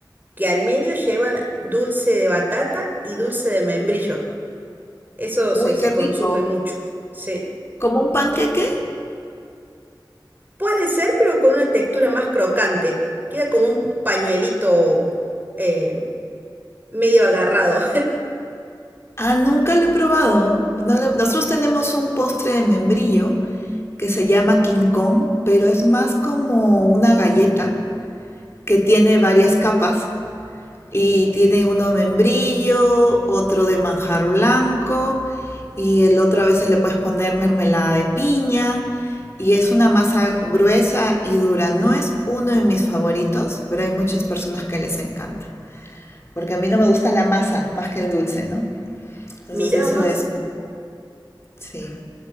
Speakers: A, on the right (about 25°); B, on the left (about 35°).
A: que al medio llevan dulce de batata y dulce de membrillo. Eso
B: Uy,
A: se, se
B: qué
A: consume
B: rico.
A: mucho. Se,
B: ¿Como un panqueque?
A: puede ser, pero con una textura más crocante. Queda como un pañuelito eh, medio agarrado.
B: Ah, nunca lo he probado. No lo- Nosotros tenemos un postre de membrillo que se llama King Kong, pero es más como una galleta que tiene varias capas Y tiene uno de membrillo, otro de manjar blanco y el otro a veces le puedes poner mermelada de piña. Y es una masa gruesa y dura. No es uno de mis favoritos, pero hay muchas personas que les encanta. Porque a mí no me gusta la masa más que el dulce, ¿no? Entonces
A: <laughs> Mirá
B: eso
A: vos.
B: es, sí.